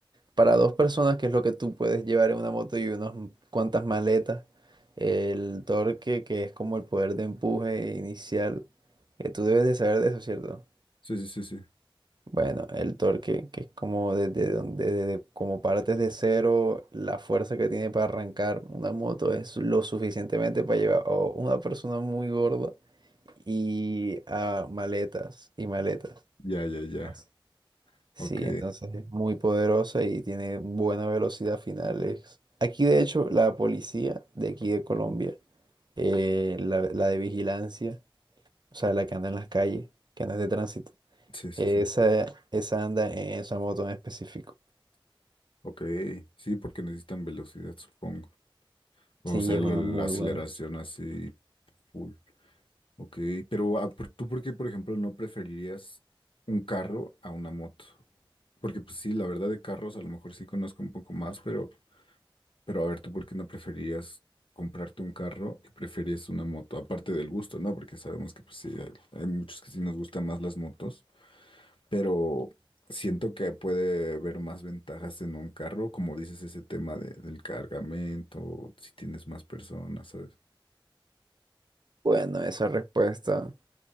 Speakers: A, on the right (about 55°); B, on the left (about 75°).
A: para dos personas, que es lo que tú puedes llevar en una moto y unas cuantas maletas, el torque, que es como el poder de empuje inicial, que tú debes de saber de eso, ¿cierto?
B: Sí, sí, sí, sí.
A: Bueno, el torque, que es como desde donde, desde como partes de cero, la fuerza que tiene para arrancar una moto es lo suficientemente para llevar a una persona muy gorda y a maletas y maletas.
B: Ya, ya, ya.
A: Así. Sí,
B: Ok.
A: entonces es muy poderosa y tiene buena velocidad final. es- Aquí, de hecho, la policía de aquí de Colombia,
B: Ujú.
A: eh, la, la de vigilancia, o sea, la que anda en las calles, que no es de tránsito,
B: Sí, sí,
A: esa,
B: sí.
A: esa anda en esa moto en específico.
B: Ok. Sí, porque necesitan velocidad, supongo. O
A: Sí,
B: sea,
A: es
B: la,
A: una
B: la
A: muy
B: aceleración
A: buena.
B: así full. Ok, pero ah, por- ¿tú por qué, por ejemplo, no preferirías un carro a una moto? Porque pues sí, la verdad de carros a lo mejor sí conozco un poco más, pero, pero a ver, ¿tú por qué no preferirías comprarte un carro y prefieres una moto? Aparte del gusto, ¿no? Porque sabemos que pues sí, hay, hay muchos que sí nos gustan más las motos, pero siento que puede haber más ventajas en un carro, como dices, ese tema de- del cargamento, si tienes más personas, ¿sabes?
A: Bueno, esa respuesta.